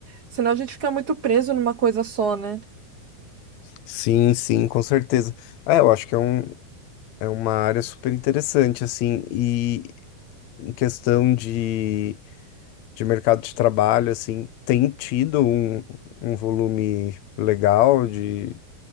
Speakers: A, on the right (about 40°); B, on the left (about 80°).
A: senão a gente fica muito preso numa coisa só, né?
B: Sim, sim, com certeza. Ah, eu acho que é um, é uma área super interessante, assim, e em questão de, de mercado de trabalho, assim, tem tido um, um volume legal de,